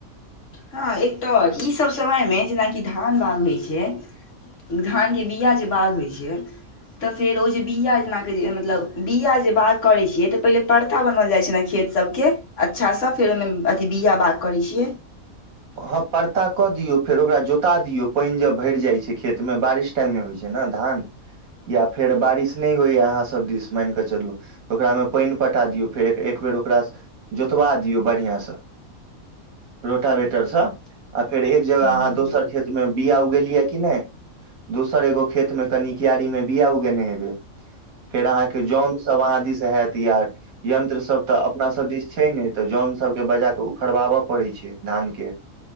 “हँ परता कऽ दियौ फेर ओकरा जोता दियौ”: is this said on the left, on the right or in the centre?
Right